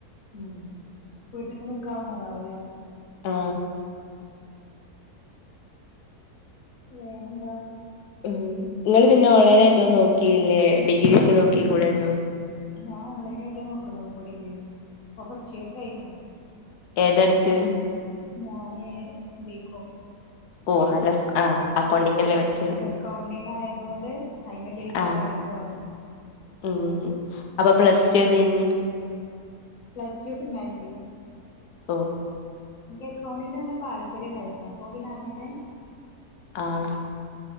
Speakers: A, on the left; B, on the left.
A: ഉം വീട്ടിക്ക് നിക്കാവന്നതാവൂലേ
B: ആ
A: വേറെ എന്താ
B: ഉ നിങ്ങള്ൾ പിന്നെ ഓൺലൈൻ ആയിട്ട് ഒന്നും നോക്കില്ലേ ഡിഗ്രി ഒക്കെ നോക്കി കൂടെന്നോ
A: ഞാൻ ഓൺലൈനായിട്ടാ നോക്കുന്നത് ഇപ്പോ ഡിഗ്രി ഇപ്പൊ ഫസ്റ്റ് ഇയർ കഴിഞ്ഞു
B: ഏതാടുത്ത്
A: ഞാനെ ബിക്കോം
B: ഓ നല്ല സ് ആ അക്കൗണ്ടിങ് അല്ലേ പഠിച്ചേ
A: എക്കൗണ്ടിങ് ആയതൊണ്ട് അയിനെ ബേസിത്
B: ആ
A: അങ്ങനെ പോവാന്ന് കരുതി
B: ഉം അപ്പൊ പ്ലസ്ടു ഏതേ നി
A: പ്ലസ് ടു ഹ്യൂമാനിറ്റീസം
B: ഓ
A: എനിക്ക് അക്കൗണ്ടിങ്ങിന നല്ല താല്പര്യം ഉണ്ടായിരുന്നു അപ്പൊ പിന്നെ അങ്ങനെ
B: ആഹ്